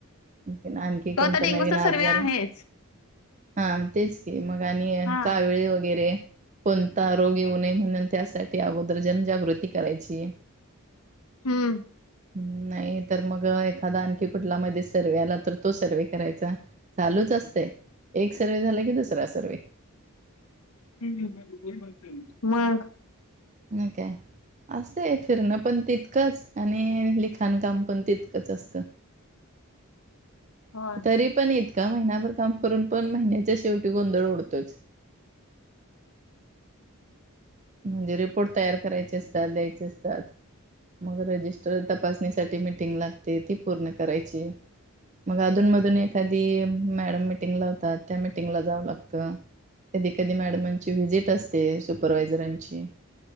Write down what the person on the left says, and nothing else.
तो
आता डेंग्यूचा
सर्वे
आहेच
हा
हम्म.
<unintelligible> मग
होय